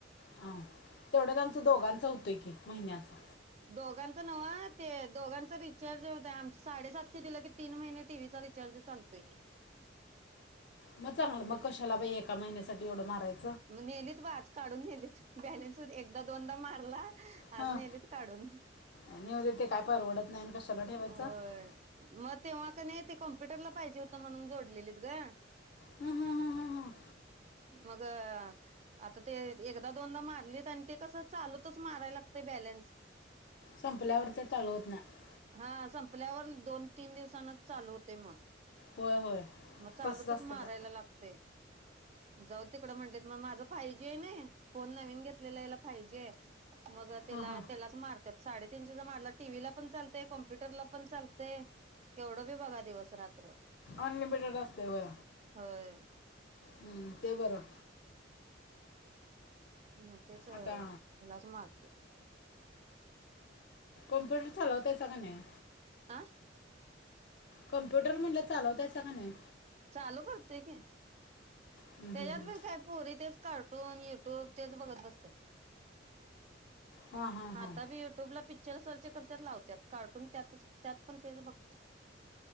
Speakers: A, on the left; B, on the right.
A: ह तेवढ्यात आमचं दोघांच होतंय की. महिन्याचा.
B: दोघांच नव ते दोघांचा रिचार्ज होता, आम्ही साडेसातशे दिलं की, तीन महिने टीव्हीचा रिचार्ज चालतय.
A: मग चांगलं मग कशाला बाई एका महिन्यासाठी एवढं मारायचं.
B: म नेलीत बा आज काढून नेलीत, बॅलेन्स एकदा -दोनदा मारला,
A: हां
B: आज नेलीत काढून.
A: आणि उद्या ते काय परवडत नाही आणि कशाला ठेवायचं
B: होय,
A: हं,
B: मग तेव्हा कणी ते कॉम्प्युटर ला पाहिजे होतं म्हणून जोडलेलीत ग.
A: हम् हम् हम् हम् हम्.
B: मग अ आता ते एकदा दोनदा मारलीत आणि ते कसं चालूतच मारायला लागत बॅलन्स.
A: संपल्यावर ते चालू होत नाही
B: हा संपल्यावर ल दोन तीन दिवसांनाच चालु होतय मग,
A: होय होय
B: मग चालूतच
A: तसंच असते
B: मारायला
A: त्या
B: लागतय. जाऊ दे तीकडं म्हटले मग माझ फायजी आहे ना, फोन नवीन घेतलेला याला फायजी आहे. मग त्याला
A: हां हां
B: त्यालाच मारत्यात साडेतीन शेचा मारला टीव्हीला पण चालतय, कॉम्प्युटरला पण चालतय. केवढं बी बघा दिवस रात्र.
A: अनलिमिटेड असते होय
B: होय.
A: हं, ते बरं.
B: मग तेच हीलाच
A: आता
B: मारते
A: कम्प्युटर चालवताइसा का नाही?
B: आह
A: कम्प्युटर म्हणटलं चालवतायसा का नाही?
B: चालू करतय की
A: हम्म, हम्म,
B: तेझ्यात
A: हम्म.
B: पण काय पोरी तेच कार्टून युट्यूब तेच बघत बसत्यात.
A: हां हां हां
B: आता बी युट्यूबला पिक्चर सार तिच्या करत्यात लावत्यात कार्टून त्यातच त्यात पण तेच बघते.